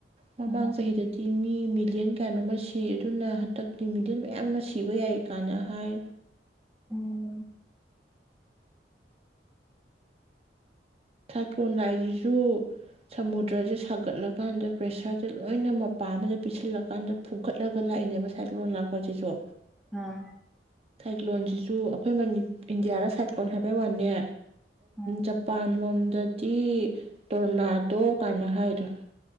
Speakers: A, on the right; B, in the centre.
A: ꯃꯃꯥꯡ
B: ꯎꯝ
A: ꯆꯍꯤꯗꯗꯤ ꯃꯤ ꯃꯤꯂꯤꯌꯟ ꯀꯌꯥꯅꯣꯃ ꯁꯤ ꯑꯗꯨꯅ ꯍꯟꯗꯛꯇꯤ ꯃꯤꯂꯤꯌꯟ ꯃꯌꯥꯝ ꯑꯃ ꯁꯤꯕ ꯌꯥꯏ ꯀꯥꯏꯅ ꯍꯥꯏ꯫
B: ꯎꯝ꯫
A: ꯁꯥꯏꯀ꯭ꯂꯣꯟ ꯂꯥꯛꯏꯁꯤꯁꯨ ꯁꯃꯨꯗ꯭ꯔꯁꯦ ꯁꯥꯒꯠꯂꯀꯥꯟꯗ ꯄ꯭ꯔꯦꯁꯔꯁꯦ ꯂꯣꯏꯅ ꯃꯄꯥ ꯑꯃꯗ ꯄꯁꯤꯜꯂꯀꯥꯟꯗ ꯐꯨꯒꯠꯂꯒ ꯂꯥꯛꯏꯅꯦꯕ ꯁꯥꯏꯀ꯭ꯂꯣꯟ ꯂꯥꯛꯄꯁꯤꯁꯨ꯫
B: ꯑꯥ
A: ꯁꯥꯏꯀꯂꯣꯟ ꯁꯤꯖꯨ ꯁꯨ ꯑꯩꯈꯣꯏ ꯃꯅꯤ ꯏꯟꯗꯤꯌꯥꯗ ꯁꯥꯏ꯭ꯣꯟ ꯍꯥꯏꯕꯩ ꯋꯥꯅꯦ
B: ꯑꯥ
A: ꯖꯄꯥꯟ ꯂꯣꯟ ꯗꯗꯤ ꯇꯣꯔꯅꯥꯗꯣ ꯀꯥꯟꯅ ꯍꯥꯏꯔꯤꯗꯣ꯫